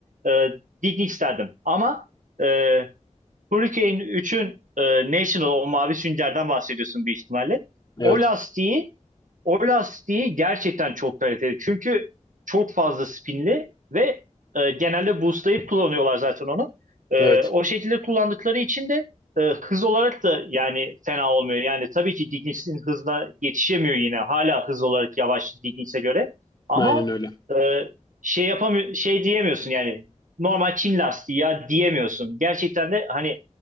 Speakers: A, on the right; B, on the left.
A: e, Dignics derdim. Ama e, Hurricane 3'ün e, National o mavi süngerden bahsediyorsun bir ihtimalle.
B: Evet.
A: O lastiği o lastiği gerçekten çok kaliteli. Çünkü çok fazla spinli ve e, genelde boostlayıp kullanıyorlar zaten onu. E,
B: Evet.
A: o şekilde kullandıkları için de e, hız olarak da yani fena olmuyor. Yani tabii ki Dignics'in hızına yetişemiyor yine. Hala hız olarak yavaş Dignics'e göre. Ama
B: Aynen öyle.
A: e, şey yapamıyor şey diyemiyorsun yani normal Çin lastiği ya diyemiyorsun. Gerçekten de hani